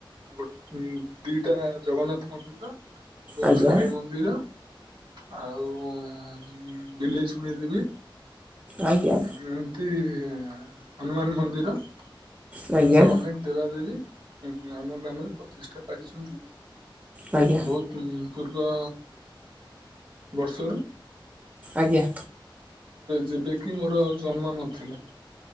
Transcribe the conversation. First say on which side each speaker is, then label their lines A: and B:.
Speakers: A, on the right (about 70°); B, on the right (about 15°).
A: ଗୋରେ ଦିଟା ଜଗନ୍ନାଥ ମନ୍ଦିର ଓମ୍
B: ଆଜ୍ଞା
A: ସାଇ ମନ୍ଦିର ଆଉ ଆଁ ଦେଲି ଶୁଣେଇ ଦେଲି।
B: ଆଜ୍ଞା
A: ଏମତି ଆ ହନୁମାନ ମନ୍ଦିର।
B: ଆଜ୍ଞା
A: ଏମତି ଅନେକ ଦେବାଦେବୀ ଆମ ଗ୍ରାମରେ ପ୍ରତିଷ୍ଠା ପାଇଛନ୍ତି।
B: ଆଜ୍ଞା
A: ବହୁତ ପୂ ପୂର୍ବ ବର୍ଷରୁ।
B: ଆଜ୍ଞା।
A: ଯେବେ କିି ମୋର ଜନ୍ମ ନଥିଲା।